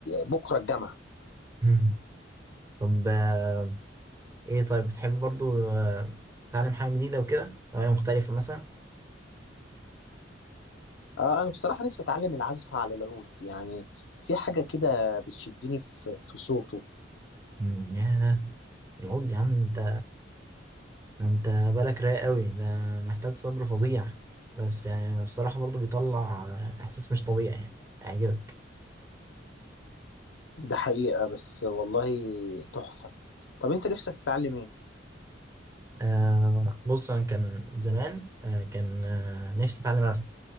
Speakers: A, on the left; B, on the right.
A: بكره الجامعه
B: <laughs> طب آه، ايه طيب بتحب برضو آه، تتعلم حاجة جديدة وكده هواية مختلفة مثلا
A: آه، انا بصراحه نفسي اتعلم العزف على العود يعني في حاجه كده بتشدني في في صوته
B: مم، ياه العود يا عم انت انت بالك رايق قوي ده محتاج صبر فظيع بس يعني بصراحة برضو بيطلع آه، إحساس مش طبيعي يعني هيعجبك
A: ده حقيقه بس والله تحفه طب انت نفسك تتعلم ايه
B: آه بص انا كان زمان آه كان آه نفسي اتعلم رسم